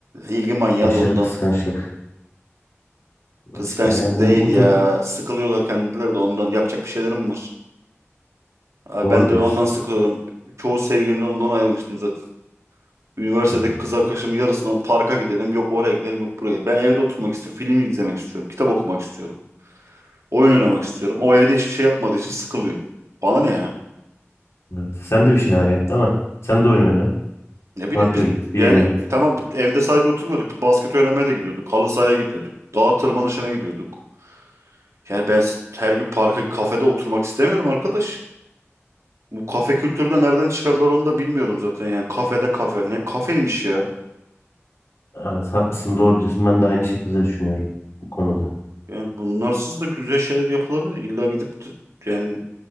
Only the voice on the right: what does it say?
İlgi manyağı
da ondan.
Kıskançlık
değil
ya.
Sıkılıyorlar kendileri de ondan. Yapacak bir şeylerim var. Abi
ben de
ondan sıkılıyordum. Çoğu sevgilimden ondan ayrılmıştım zaten. Üniversitedeki
kız arkadaşımın yarısından parka gidelim. Yok oraya gidelim, yok buraya gidelim. Ben evde oturmak istiyorum, film izlemek istiyorum, kitap okumak istiyorum, oyun oynamak istiyorum. O evde hiçbir şey yapmadığı için sıkılıyor. Bana ne ya?
Ne bileyim
biz
yani
tamam evde sadece oturmuyorduk. Basket oynamaya da gidiyorduk. Halı sahaya gidiyorduk. Dağ tırmanışına gidiyorduk. Yani ben s- her gün parka, kafede oturmak istemiyorum arkadaş. Bu kafe kültürü de nereden çıkardılar onu da bilmiyorum zaten. Yani kafede kafe. Ne kafeymiş ya?
Yani bunlarsız da güzel şeyler yapılabilir. İlla gidip t- yani